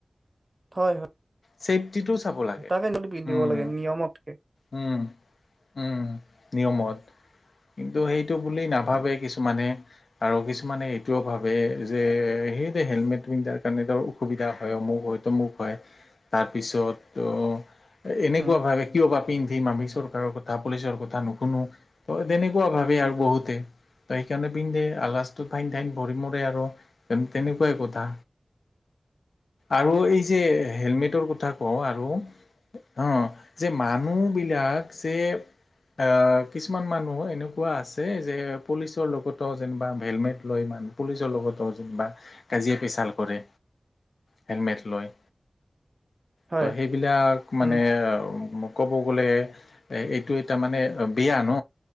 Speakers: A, on the right (about 40°); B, on the left (about 85°).
A: হয় হয়
B: ছেফটিটোও চাব লাগে
A: টো পিন্ধিব
B: উম
A: লাগে নিয়মতকে
B: উম উম নিয়মত কিন্তু সেইটো বুলি নাভাবে কিছুমানে আৰু কিছুমানে এইটোও ভাবে যে সেই হেলমেট পিন্ধাৰ কাৰণে ত অসুবিধা হয় অমুখ হয় তমুখ হয়। তাৰ পিছত অ এনেকোৱা
A: উম
B: ভাবে কিয় বা পিন্ধিম আমি চৰকাৰৰ কথা পুলিচৰ কথা নুশুনো ত তেনেকোৱা ভাবে আৰু বহুতে ত সেইকাৰণে পিন্ধে আলচটো ফাইন ফাইন ভৰি মৰে আৰু তেনেকোৱাই কথা। আৰু এই যে হেলমেটৰ কথা কওঁ আৰু হ যে মানুহ বিলাক যে। অ' কিছুমান মানুহ এনেকোৱা আছে যে পুলিচৰ লগতো যেনিবা হেলমেট লৈ মান। পুলিচৰ লগতো যে বা কাজিয়া পেচাল কৰে। হেলমেট লয়
A: হয়
B: ত' সেইবিলাক মানে।
A: উম
B: ক'ব গ'লে এ এইটো এটা মানে বেয়া ন।